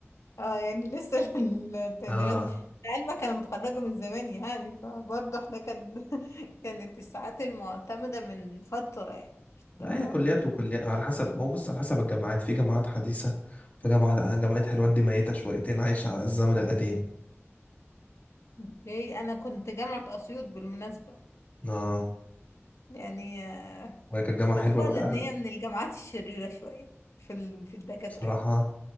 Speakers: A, on the left; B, on the left.
A: اه يعني لسه <laughs> التقديرات
B: اه
A: لعلمك أنا متخرجة من زمان يعني فبرضه احنا كان <laughs> كانت الساعات المعتمدة من فترة يعني بتاع-
B: هي كليات وكليات على حسب ما هو بص على حسب الجامعات في جامعات حديثة في جامعة جامعة حلوان دي ميتة شويتين عايشة على الزمن القديم
A: اوكي أنا كنت جامعة أسيوط بالمناسبة
B: اه
A: يعني آه،
B: وهي كانت جامعة
A: يقال
B: حلوة بقى
A: إن هي من الجامعات الشريرة شوية في ال... في الدكاترة
B: بصراحة
A: يعني.